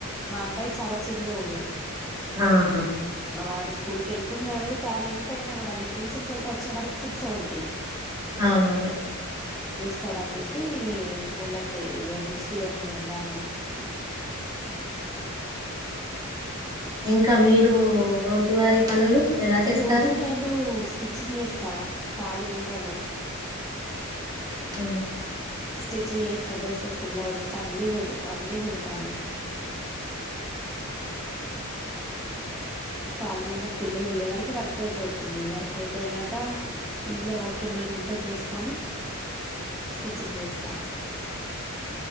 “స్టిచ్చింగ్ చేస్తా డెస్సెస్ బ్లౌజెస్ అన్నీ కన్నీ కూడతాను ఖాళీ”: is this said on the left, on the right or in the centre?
Centre